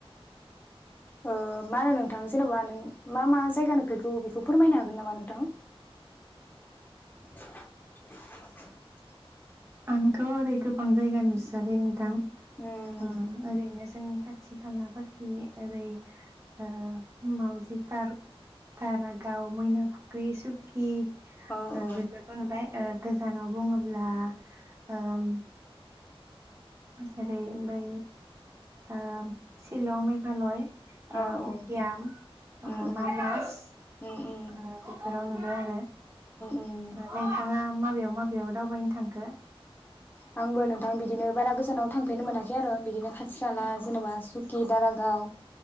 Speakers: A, on the left; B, on the right.
A: ओ मा होनो नोंथां जेन'बा नों मा मा जायगा नोफेरखो बेखौ फोरमायनो हागोन नामा नोंथां। <inaudible>
B: आंथ' ओरै गोबां जायगा नुसयाखै नोंथां।
A: उम
B: ओ आरैनो। जोंनि खाथि खालाफोरखि ओरै ओ मावजि पार्क दारागाव मैना फुख्रि सुकि।
A: औ
B: ओ
A: औ
B: बेफोरखौ नुबाय ओ गोजानाव। बुङोब्ला। ओम। जेरै बै ओ सिलं मेघालय। ओ
A: औ औ
B: अकयाम
A: उम उम
B: मानास
A: उम उम उम
B: ओ बेफोराव नुबाय आरो। <inaudible>
A: उम
B: नोंथाङा माबायाव मा। बेयाव दावबायनो थांखो।
A: आंबो नों। थां बिदि बारा गोजानाव थांफेरनो मोनाखै। खै आरो बिदिनो खा। थिखाला
B: औ
A: जेनबा सु। कि दारा। गाव